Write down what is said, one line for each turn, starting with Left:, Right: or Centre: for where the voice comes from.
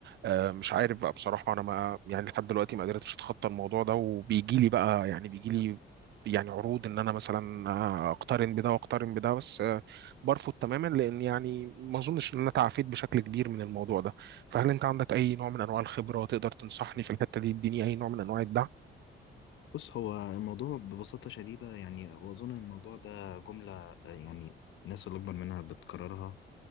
Right: آه، مش عارف بقى بصراحه انا ما يعني لحد دلوقتي ما قدرتش اتخطى الموضوع ده وبيجي لي بقى يعني بيجي لي يعني عروض ان انا مثلا آه، اقترن بده واقترن بده بس آه، برفض تماما لان يعني ما اظنش ان انا تعافيت بشكل كبير من الموضوع ده فهل انت عندك اي نوع من انواع الخبرة تقدر تنصحني في الحتة دي تديني اي نوع من انواع الدعم
Left: بص هو الموضوع ببساطه شديده يعني واظن الموضوع ده جمله آه، يعني الناس اللي اكبر منها بتكررها